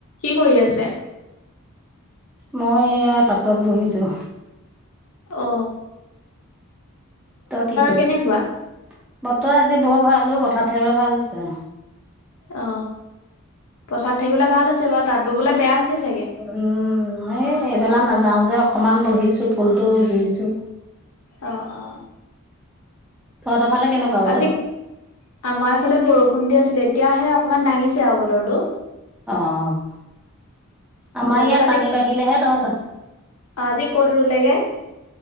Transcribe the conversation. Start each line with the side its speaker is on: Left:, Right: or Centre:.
Left: কি কৰি আছে?
Centre: মই এয়া টাতত বহিছোঁ।
Left: অঁ।
Centre: তই কি কৰিছ?
Left: কেনেকুৱা?
Centre: বতৰ আজি বৰ ভাল পথাৰত থাকিবলৈ ভাল হৈছে।
Left: অ, পথাৰত থাকিবলে ভাল হৈছে বাৰু তাঁত ববলে বেয়া হৈছে চাগে?
Centre: উম, এই এইবেলা নাযাওঁ যে অকণমান বহিছোঁ ফুলটো জুইছোঁ।
Left: অ অ।
Centre: তহঁতৰ ফালে কেনেকুৱা বতৰ
Left: আজি আমাৰ এইফালে বৰষুণ দি আছিলে এতিয়াহে অকনমান দাঙিছে আৰু বতৰটো
Centre: অ আমাৰ
Left: তাৰপিছত
Centre: ইয়াত পানী বাঢ়িলেহে তহঁত
Left: অ আজি ক'ত ৰুলেগে